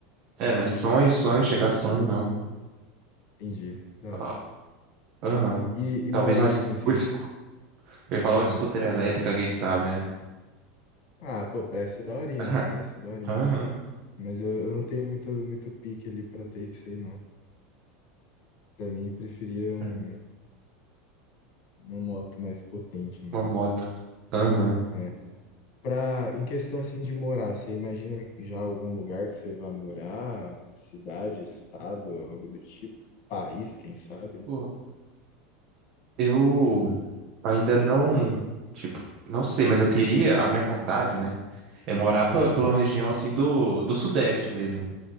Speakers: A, on the right; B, on the left.
A: É, mas
B: Uhum,
A: sonho, sonho,
B: isso aqui.
A: chegar a sonho, não.
B: Entendi. Da hora.
A: Ah, Aham.
B: E, e
A: Talvez
B: morar,
A: um, es-
B: assim, você.
A: um es- eu ia falar
B: Hum.
A: um scooter elétrico, quem sabe, né?
B: Ah, pô, parece ser daorinha.
A: <laughs>
B: Parece ser daorinha.
A: Aham.
B: Mas eu, eu não tenho muito, muito pique ali pra ter isso aí, não. Pra mim, preferia um,
A: É,
B: uma moto mais potente, mano.
A: Uma moto. Aham.
B: É, Pra, em questão assim de morar, você imagina já algum lugar que você vá morar? Cidade, estado, algo do tipo? País, quem sabe, né?
A: Pô, Eu ainda não, tipo, não sei, mas eu queria, a minha vontade, né, é morar pra,
B: Hum,
A: pra uma região assim do, do Sudeste mesmo,